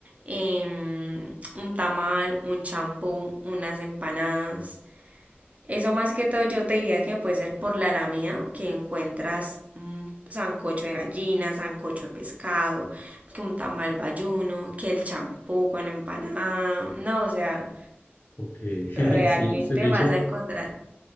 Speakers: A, on the right; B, on the left.
A: em, un tamal, un champú, unas empanadas. Eso más que todo yo te diría que puede ser por la Alameda, que encuentras mm, sancocho de gallina, sancocho de pescado, que un tamal bayuno, que el champú con empanada. No, o sea,
B: Ok,
A: realmente
B: <laughs> sí, se me
A: vas
B: hizo.
A: a encontrar.